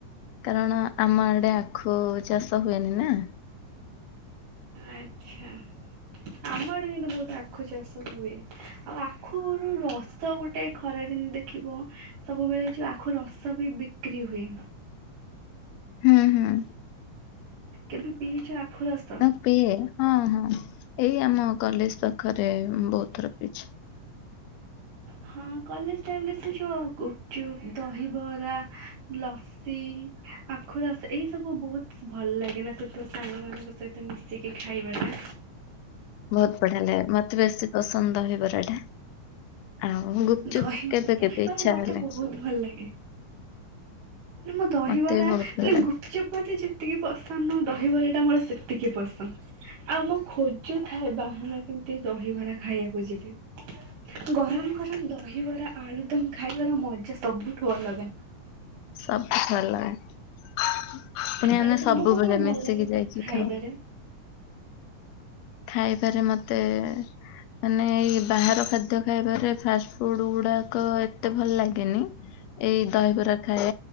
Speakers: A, on the left (about 75°); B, on the right (about 80°).
A: କାରଣ ଆମ ଆଡେ ଆଖୁ ଚାଷ ହୁଏନି ନା।
B: <inaudible> ଆଚ୍ଛା। ଆମ ଆଡେ କିନ୍ତୁ ବହୁତ ଆଖୁ ଚାଷ ହୁଏ, ଆଉ ଆଖୁ ରସ ରସ ଗୋଟେ ଖରାଦିନ ଦେଖିବ ସବୁବେଳେ ଯୋଉ ଆଖୁ ରସ ବି ବିକ୍ରି ହୁଏ।
A: ହୁଁ ହୁଁ।
B: କେବେ ପିଇଛ ଆଖୁ ରସ?
A: ମୋ ପିଇ ହଁ ହଁ ଏଇ ଆମ କଲେଜ ପାଖରେ ବହୁତ ଥର ପିଇଛି।
B: ହଁ କଲେଜ ଟାଇମରେ ସେ ଯ ଗୁପଚୁପ ଦହିବରା ଲସ ଆଖୁ ରସ ଏଇ ସବୁ ବହୁତ ଭଲ ଲାଗେନା ସେତ ସାଙ୍ଗ ମାନଙ୍କ ସହିତ ମିସିକି ଖାଇବା ଟା।
A: ବହୁତ ବଢିଆ ଲାଗେ ମତେ ବେଶୀ ପସନ୍ଦ ଦହିବରା ଟା। ଆଉ ଗୁପଚୁପ୍
B: ଦହିବ
A: କେବେ କେବେ
B: ଦହିବରା
A: ଇଚ୍ଛା
B: ମତେ
A: ହେଲେ
B: ବହୁତ ଭଲ ଲାଗେ। ମୋ ଦହିବରା
A: ମତେ ବି ବହୁତ
B: ମାନେ
A: ଭଲ ଲାଗେ।
B: ଗୁପଚପ ମତେ ଯେତିକି ପସନ୍ଦ ତ ଦହିବରା ଟା ମୋର ସେତିକି ପସନ୍ଦ ଆଉ ମୁଁ ଖୋଜୁଥାଏ ବାହାନା କି ଦହିବରା ଖାଇବାକୁ ଯିବି ଗରମ ଗର ଦହିବରା ଆଳୁ ଦମ ଖାଇବାର ମଜା ସବୁଠୁ ଅଲଗା।
A: ସବୁ ଭଲ ପୁଣି
B: ଆଉ
A: ଆମେ
B: ତମକୁ
A: ସବୁବେଳେ
B: କଣ
A: ମିଶିକି
B: ଭଲ ଲାଗେ କହିଲ
A: ଯାଇକି
B: ଖାଇବାରେ?
A: ଖାଉ। ଖାଇବାରେ ମୋତେ ମାନେ ଏଇ ବାହାର ଖାଦ୍ୟ ଖାଇବାରେ ଫାଷ୍ଟ ଫୁଡ ଗୁଡାକ ଏତେ ଭଲ ଲାଗେନି। ଏଇ ଦହିିବରା ଖାଏ।